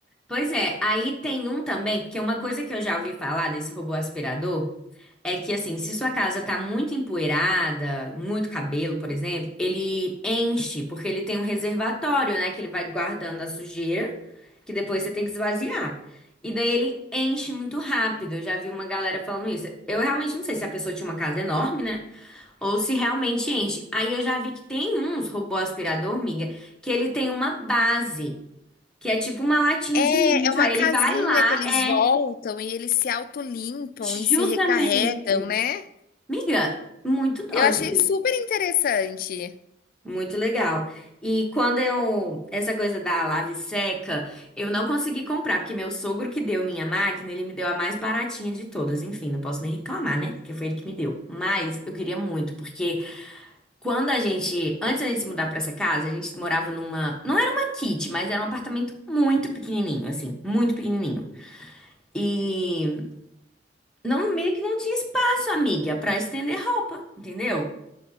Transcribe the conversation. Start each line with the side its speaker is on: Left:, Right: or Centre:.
Centre: Pois é, aí tem um também, porque uma coisa que eu já ouvi falar desse robô aspirador é que, assim, se sua casa tá muito empoeirada, muito cabelo, por exemplo, ele enche, porque ele tem um reservatório, né, que ele vai guardando a sujeira, que depois você tem que esvaziar. E daí ele enche muito rápido. Eu já vi uma galera falando isso. Eu realmente não sei se a pessoa tinha uma casa enorme, né? Ou se realmente enche. Aí eu já vi que tem uns robô aspirador, miga, que ele tem uma base. que é tipo uma latinha
Left: É,
Centre: de lixo.
Left: é uma
Centre: Aí
Left: casinha
Centre: ele vai lá,
Left: que eles
Centre: é
Left: voltam e eles se autolimpam
Centre: justamente.
Left: e se recarregam, né.
Centre: Miga, muito doido,
Left: Eu achei super interessante.
Centre: muito legal. E quando eu, essa coisa da lave seca, eu não consegui comprar, porque meu sogro que deu minha máquina, ele me deu a mais baratinha de todas. Enfim, não posso nem reclamar, né? Porque foi ele que me deu. Mas eu queria muito, porque quando a gente, antes da gente se mudar pra essa casa, a gente morava numa, não era uma kit, mas era um apartamento muito pequenininho, assim, muito pequenininho. E Não, meio que não tinha espaço, amiga, pra estender roupa, entendeu?